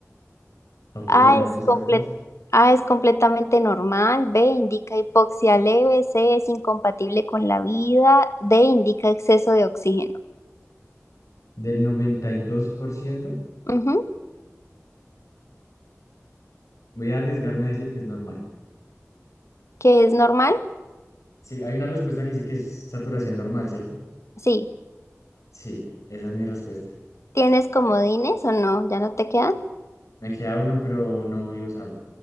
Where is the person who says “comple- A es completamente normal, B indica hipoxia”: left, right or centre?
Left